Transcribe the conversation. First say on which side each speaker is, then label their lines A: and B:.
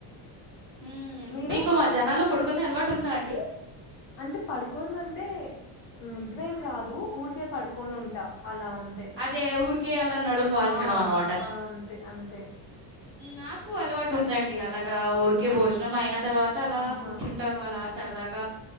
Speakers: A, on the right; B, on the left.
A: ఉమ్
B: మీరు
A: మీకు మధ్యాహనాల్లో పడుకునే అలవాటు ఉందా అండి
B: అంటే పడుకోవడం అంటే నిద్ర ఏం రాదు ఊరికే పడుకోని ఉంటా అలా అం తే
A: అదే ఊరికే అలా నడుము వాల్చడం
B: ఆ
A: అన్నమాట
B: అంతే అంతే
A: నాకు అలవాటు ఉందండి అలాగా ఊరికే భోజనం అయిన తర్వాత అలా
B: ఆహా
A: కూర్చుం టను అలా సరదాగ